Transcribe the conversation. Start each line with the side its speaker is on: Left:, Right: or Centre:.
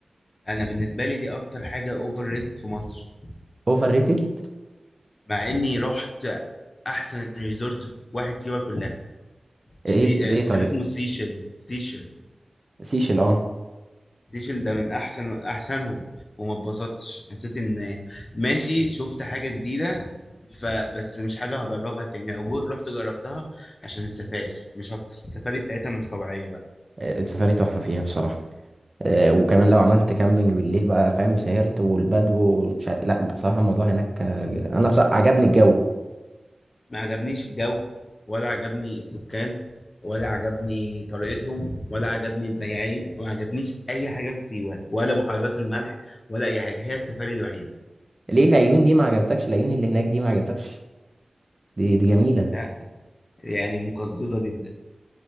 Left: انا بالنسبة لي دي اكتر حاجة اوفر ريتد في مصر
Right: أوفر ريتد
Left: مع اني رحت احسن ريزورت في واحد سيوة كلها سي...
Right: إيه ليه
Left: آه،
Right: طيب
Left: كان اسمه سيشل سيشل
Right: سيشل أه
Left: سيشن ده من احسن احسنهم وما اتبسطتش حسيت ان ماشي شفت حاجه جديده فبس مش حاجه هجربها تاني او جو- رحت جربتها عشان السفاري مش اكتر السفاري بتاعتها مش طبيعيه بقى
Right: آه، السفاري تحفة فيها بصراحة آه، وكمان لو عملت كامبينج بالليل بقى فاهم سهرت والبدو ومش عارف لا بصراحة الموضوع هناك آه، أنا بصراحة عجبني الجو
Left: ما عجبنيش الجو ولا عجبني السكان ولا عجبني طريقتهم ولا عجبني البياعين وما عجبنيش اي حاجه في سيوه ولا بحيرات الملح ولا اي حاجه هي السفاري الوحيده
Right: ليه العيون دي ما عجبتكش العيون اللي هناك دي ما عجبتكش دي دي جميلة
Left: لا يعني مقززه جدا